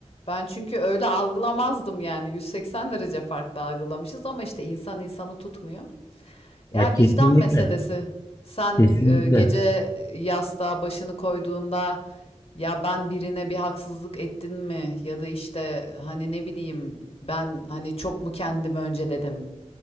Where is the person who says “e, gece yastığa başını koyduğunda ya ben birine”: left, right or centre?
Left